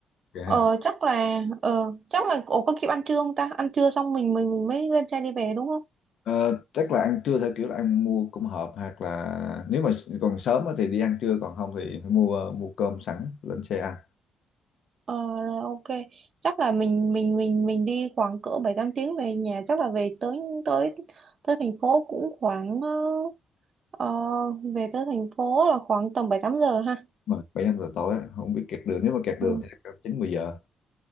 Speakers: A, on the left; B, on the right.
A: Dạ
B: Ờ
A: ha.
B: chắc là ờ chắc là ổ có kịp ăn trưa không ta? Ăn trưa xong mình mình mình mới lên xe đi về đúng không?
A: Ờ, chắc là ăn trưa theo kiểu là ăn mua cơm hộp hoặc là nếu mà còn sớm á thì đi ăn trưa còn không thì phải mua ờ, mua cơm sẵn lên xe ăn
B: Ờ rồi ok. Chắc là mình mình mình mình đi khoảng cỡ 7 8 tiếng về nhà, chắc là về tới tới tới thành phố cũng khoảng ờ, ờ, về tới thành phố là khoảng tầm 7 8 giờ ha.
A: mà bảy năm giờ tối á, không biết kẹt đường nếu mà kẹt
B: Ừ.
A: đường thì chắc chín mười giờ